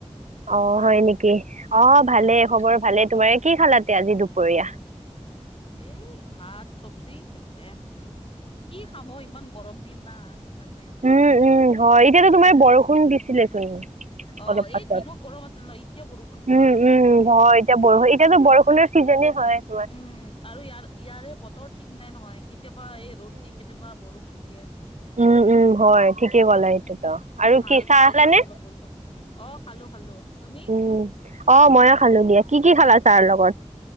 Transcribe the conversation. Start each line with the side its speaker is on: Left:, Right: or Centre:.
Right: অঁ হয় নেকি অ ভালে খবৰ ভালে তোমাৰ কি খালা আজি দুপৰীয়া।
Left: এই ভাত চবজি সেইটয়ে কি খাম অ ইমান গৰম। দিম না সেইকাৰণে
Right: উমঁ উমঁ হয় এতিয়াতো তোমাৰ বৰষুণ দিছিলেচোন।
Left: অ
Right: অলপ পাছত
Left: এই দিনত গৰম আছিল ন এতিয়া বৰষুণ দিছে।
Right: উমঁ উমঁ হয় এতিয়া বৰষ এতিয়য়াতো বৰষুণৰ চিজনে হয়ঁ।
Left: উমঁ আৰু ইয়াৰ ইয়াৰে বতৰ ঠিক নাই নহয় কেতিয়াবা এই ৰ'দ দিয়ে কেতিয়াবা বৰষুণ দিয়ে।
Right: উমঁ উমঁ। হয়ঁ ঠিকে ক'ল সেইটোতো
Left: কিন্তু
Right: আৰু
Left: ভাল
Right: কি চাহ
Left: ভাল
Right: খালা
Left: কৰিছে
Right: নে?
Left: অলপ বৰষুণ অ খালো খালো। তুমি?
Right: উম অঁ ময়ে খালো দিয়া কি কি খালা ছাহৰ লগত?